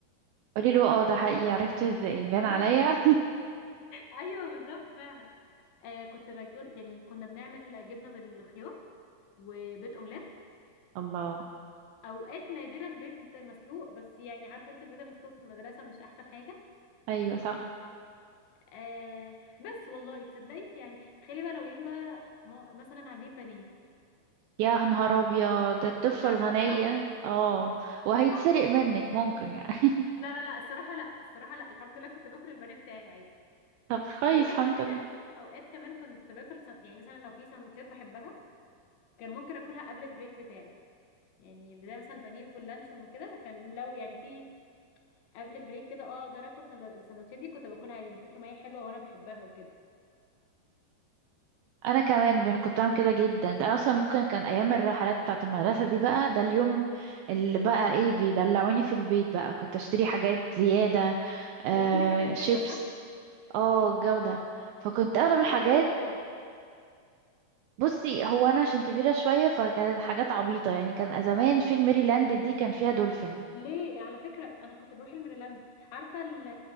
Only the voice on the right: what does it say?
قولي له اه ده حقيقي عرفت ازاي بان
عليا
<laughs> الله
أيوة صح
يا نهار أبيض الطفلة
الغنية
اه وهيتسرق
منك ممكن يعني
<laughs> طب كويس
الحمد
لله
انا كمان بح- كنت بعمل كده جدا ده انا اصلا ممكن كان ايام الرحلات بتاعه المدرسه دي بقى ده اليوم اللي بقى ايه بيدلعوني في البيت بقى كنت اشتري حاجات زياده آه
شيبس
اه جوده فكنت
اغلب
الحاجات
بصي هو انا عشان كبيره شويه فكانت حاجات عبيطه يعني كان زمان فيلم ميريلاند دي كان فيها دولفين